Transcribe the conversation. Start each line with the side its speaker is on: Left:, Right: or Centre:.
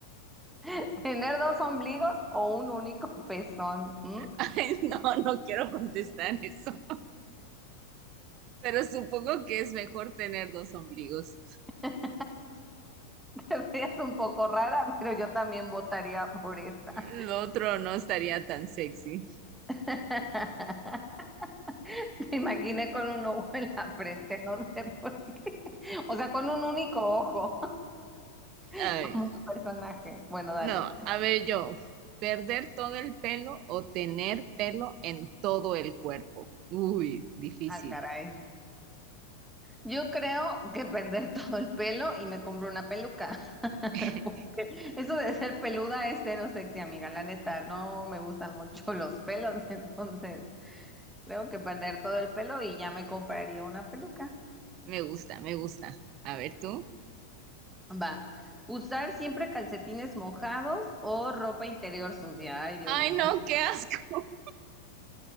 Centre: <laughs> ¿Tener dos ombligos o un único pezón? ¿Mm?
Right: ay, no, no quiero contestar eso, pero supongo que es mejor tener dos ombligos.
Centre: <laughs> Te ves un poco rara, pero yo también votaría por esa.
Right: Lo otro no estaría tan sexy.
Centre: <laughs> Te imaginé con un ojo en la frente, no sé por qué. O sea, con un único ojo, <laughs>
Right: Ay,
Centre: como un personaje. Bueno, dale.
Right: no, a ver yo, ¿perder todo el pelo o tener pelo en todo el cuerpo? Uy, difícil.
Centre: Ah, caray. Yo creo que perder <laughs> todo el pelo y me compro una peluca. <laughs>
Right: <laughs>
Centre: Porque eso de ser peluda es cero sexy, amiga. La neta, no me gustan mucho los pelos, <laughs> entonces creo que perder todo el pelo y ya me compraría una peluca.
Right: Me gusta, me gusta. A ver tú.
Centre: Va. Usar siempre calcetines mojados o ropa interior sucia. Ay, Dios
Right: Ay,
Centre: mío.
Right: no, qué asco.